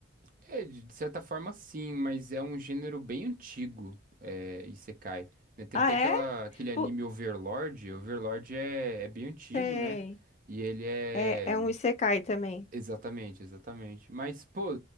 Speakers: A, on the right; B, on the left.
A: É, de de certa forma sim, mas é um gênero bem antigo, é, Isekai. né? Tem
B: Ah,
A: até
B: é?
A: aquela, aquele anime
B: Pu-
A: Overlord, Overlord é, é bem antigo,
B: Sei.
A: né? E ele é...
B: É, é um isekai também.
A: Exatamente, exatamente. Mas, pô,